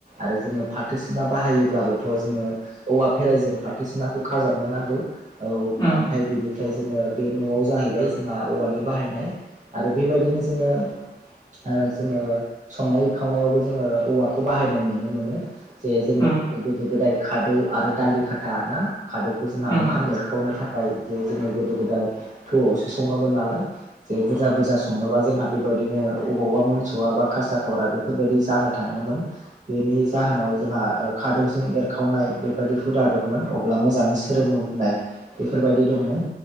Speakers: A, on the right; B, on the left.
A: आरो जोङो फाथो सिना बाहायोब्लाबोथ' जोङो औवा फेराइजों फाथोसिनाखौ खाजाबनो नांगौ औ
B: उम
A: ओमफ्राय बेनिफ्राय ओ जोङो बे न'आव जाहैबाय जोंहा औवानि बाहायनाय आरो बेबायदिनो जोङो ओ जोङो संनाय खावनायावबो जोङो औवाखौ बाहायनाय नुनो मोनो जे जोङो
B: उम
A: गोदो गोदाय खादौ आरो दालि खाथा ना खादौखौ जोंहा
B: उम
A: ओंखाम एर खावनो थाखाय जे जोङो गोदो गोदाय थौआवसो सङोमोन नालाय जे बुरजा बुरजा सङोबा जोंहा बेबायदिनो अबावबा मोनस'वा बा खासा खावरा बे बेफोरबायदि जानो थाङोमोन बेनि जाहोनाव जोंहा ओ खादौजों एरखावनाय बेबायदि हुदा दंमोन अब्ला मोजाङै सोरोमो होननाय बेफोरबायदि दंमोन